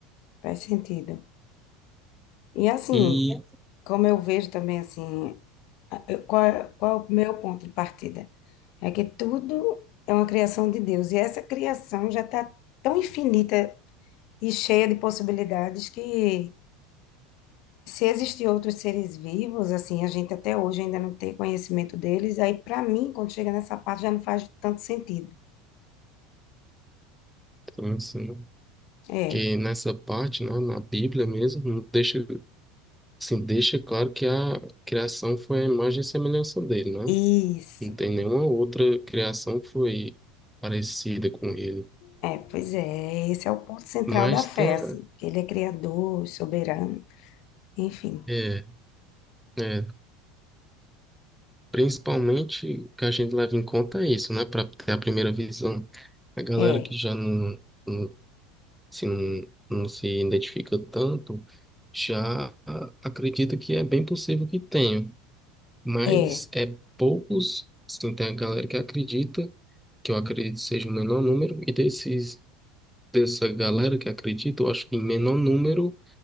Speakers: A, on the left; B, in the centre.
A: faz sentido. E assim,
B: E,
A: como eu vejo também, assim, a- eu- qual, é- qual é o meu ponto de partida? É que tudo é uma criação de Deus. E essa criação já está tão infinita e cheia de possibilidades que, se existir outros seres vivos, assim, a gente até hoje ainda não tem conhecimento deles. Aí, para mim, quando chega nessa parte, já não faz tanto sentido.
B: então, assim,
A: É,
B: que nessa parte, né, na Bíblia mesmo, não deixa Sim, deixa claro que a criação foi a imagem e semelhança dele, né?
A: isso.
B: Não tem nenhuma outra criação que foi parecida com ele.
A: É, pois é. Esse é o ponto central
B: Mas
A: da fé,
B: tem, a-
A: assim. que Ele é criador, soberano, enfim.
B: é, é, principalmente o que a gente leva em conta é isso, né? Para ter a primeira visão. A galera
A: É,
B: que já não, não, se, não, não se identifica tanto já acredita que é bem possível que tenha. mas
A: é,
B: é poucos, assim, tem a galera que acredita, que eu acredito seja o menor número, e desses, dessa galera que acredita, eu acho que em menor número,